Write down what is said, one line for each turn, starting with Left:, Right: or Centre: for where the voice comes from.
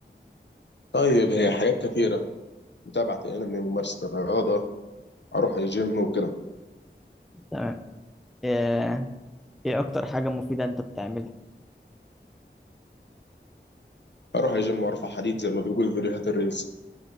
Left: طيب هي حاجات كثيرة متابعة أنمي ممارسة الرياضة أروح الجيم وكده
Centre: تمام آه، ايه اكتر حاجة مفيدة انت بتعملها
Left: أروح الجيم وأرفع حديد زي ما بيقول في فيديوهات الريلز